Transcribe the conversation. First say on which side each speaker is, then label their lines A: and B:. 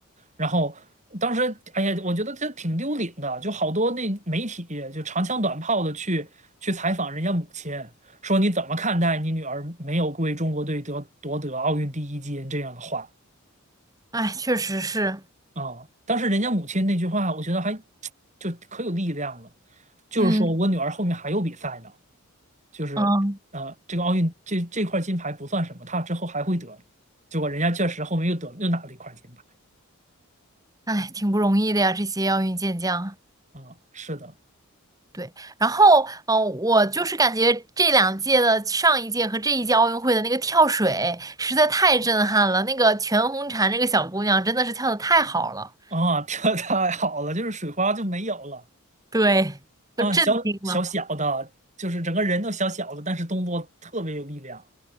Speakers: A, on the right; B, on the right.
A: 然后当时，哎呀，我觉得这挺丢脸的，就好多那媒体就长枪短炮的去去采访人家母亲，说你怎么看待你女儿没有为中国队得夺得奥运第一金这样的话
B: 哎，确实是，
A: 啊？当时人家母亲那句话，我觉得还 <tsk> 就可有力量了，就是说我女儿后面还有比赛呢，
B: 嗯
A: 就是呃，
B: 嗯，
A: 这个奥运这这块金牌不算什么，她之后还会得，结果人家确实后面又得又拿了一块金牌
B: 哎，挺不容易的呀，这些奥运健将。
A: 啊，是的。
B: 对，然后，呃，我就是感觉这两届的上一届和这一届奥运会的那个跳水实在太震撼了，那个全红婵这个小姑娘真的是跳的太好了，
A: 啊，<laughs> 跳的太好了，就是水花就没有了
B: 对，
A: 啊，
B: 都震惊了。
A: 小小小的，就是整个人都小小的，但是动作特别有力量